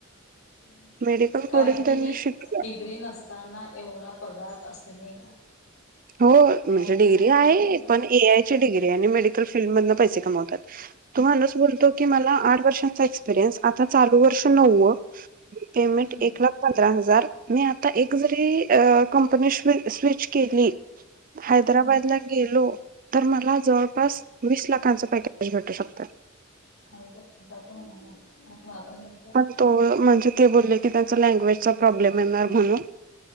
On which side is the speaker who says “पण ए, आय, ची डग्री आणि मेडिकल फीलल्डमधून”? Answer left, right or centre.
Right